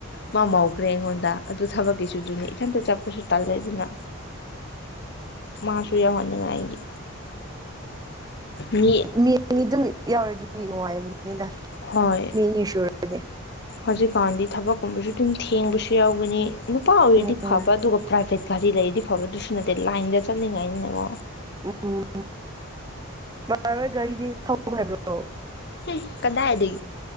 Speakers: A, on the left; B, on the right.
A: ꯃꯥ ꯃꯧꯈ꯭ꯔꯦ ꯑꯩꯉꯣꯟꯗ ꯑꯗꯨ ꯊꯥꯕꯛꯀꯤꯁꯨ ꯀꯤꯗꯨꯅꯤ ꯏꯊꯟꯇ ꯆꯠꯄꯁꯨ ꯇꯜꯂꯦ ꯑꯗꯨꯅ ꯃꯥꯁꯨ ꯌꯥꯎꯍꯟꯅꯤꯡꯉꯥꯏꯒꯤ ꯃꯤ
B: ꯅꯤ ꯑꯗꯨꯝ ꯌꯥꯎꯔꯗꯤ ꯅꯨꯡꯉꯥꯏꯕ ꯗ
A: ꯍꯣꯏ
B: ꯃꯤ ꯑꯅꯤ ꯁꯨꯔꯗꯤ
A: ꯍꯧꯖꯤꯛꯀꯥꯟꯗꯤ ꯊꯥꯕꯛꯀꯨꯝꯕꯁꯨ ꯑꯗꯨꯝ ꯊꯦꯡꯕꯁꯨ ꯌꯥꯎꯒꯅꯤ ꯅꯨꯄꯥ ꯑꯣꯏꯔꯗꯤ
B: ꯎꯝ
A: ꯐꯕ ꯑꯗꯨꯒ ꯄ꯭ꯔꯥꯏꯚꯦꯠ ꯒꯥꯔꯤ ꯂꯩꯔꯗꯤ ꯐꯕ ꯑꯗꯨꯁꯨ ꯅꯠꯇꯦ ꯂꯥꯏꯟꯗ ꯆꯠꯅꯤꯡ ꯉꯥꯏꯅꯤꯅꯀꯣ
B: ꯎꯝ <unintelligible> ꯒꯥꯔꯤꯗꯤ ꯊꯧꯕ ꯍꯩꯕ꯭ꯔꯣ
A: ꯍꯩ ꯀꯗꯥꯏꯗꯒꯤ